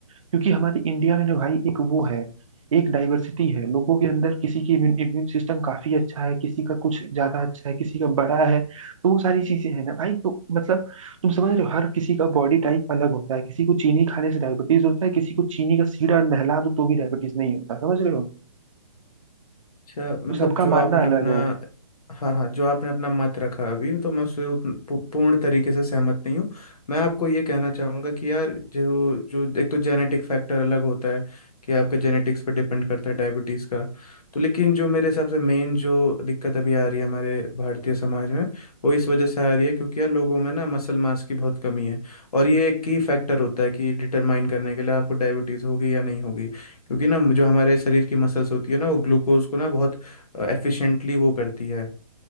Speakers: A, on the right; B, on the left.
A: क्योंकि हमारे इंडिया में ना भाई एक वो है एक डाइवर्सिटी है लोगों के अंदर किसी की इम्यून, इम्यून सिस्टम काफी अच्छा है किसी का कुछ ज्यादा अच्छा है किसी का बड़ा है तो वो सारी चीजें हैं ना भाई तो मतलब तुम समझ रहे हो हर किसी का बॉडी टाइप अलग होता है किसी को चीनी खाने से डायबिटीज होता है किसी को चीनी का सीधा नहला दो तो भी डायबिटीज नहीं होता समझ रहे हो
B: अच्छा मतलब
A: तो सबका
B: जो
A: मानना
B: आपने
A: अलग
B: अपना
A: है
B: हाँ हाँ जो आपने अपना मत रखा अभी तो मैं उससे उतन- पू- पूर्ण तरीके से सहमत नहीं हूँ मैं आपको ये कहना चाहूँगा कि यार जो जो एक तो जेनेटिक फैक्टर अलग होता है कि आपके जेनेटिक्स पर डिपेंड करता है डायबिटीज़ का तो लेकिन जो मेरे हिसाब से मेन जो दिक्कत अभी आ रही है हमारे भारतीय समाज में वो इस वजह से आ रही है क्योंकि यार लोगों में ना मसल मास की बहुत कमी है और ये एक की फैक्टर होता है कि डिटरमाइन करने के लिए आपको डायबिटीज़ होगी या नहीं होगी क्योंकि ना जो हमारे शरीर की मसल्स होती है ना वो ग्लूकोज को ना बहुत एफिशिएंटली वो करती है